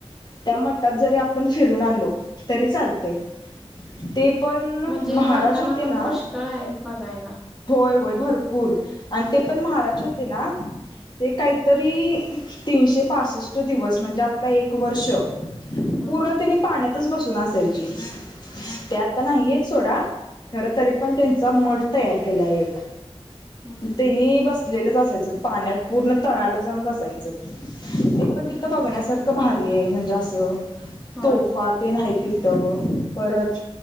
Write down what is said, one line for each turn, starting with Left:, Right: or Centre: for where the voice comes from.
Left: त्या मठात जरी आपण फिरून आलो तरी चालते... ते पण
Centre: म्हणजे
Left: महाराज
Centre: जाताना
Left: होते
Centre: पण
Left: ना
Centre: पुष्कळ आहेत बघायला
Left: होय होय... भरपूर आणि ते पण महाराज होते ना. ते काहीतरी तीनशे पासष्ट दिवस म्हणजे आपला एक वर्ष....
Centre: हम्म
Left: पूर्ण तने पाण्यातच बसून असायची ते आत्ता नाहीयेत सोडा... खर तरी पण त्यांचा मठ तयार केला एक
Centre: हम्म
Left: त्यांनी बसलेलं पाण्यात पूर्ण तळायाला जाऊन बसायचं ते पण
Centre: हम्म
Left: तिथं
Centre: अच्छा
Left: बघण्यासारखं भारी आहे म्हणजे असं
Centre: होय
Left: तोफा तेन आहेत तिथं परत